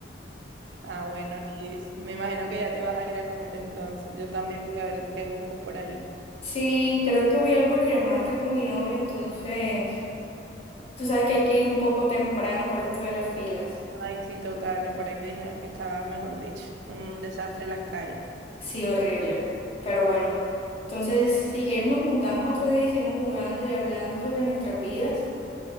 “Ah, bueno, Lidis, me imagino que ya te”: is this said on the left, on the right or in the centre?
Right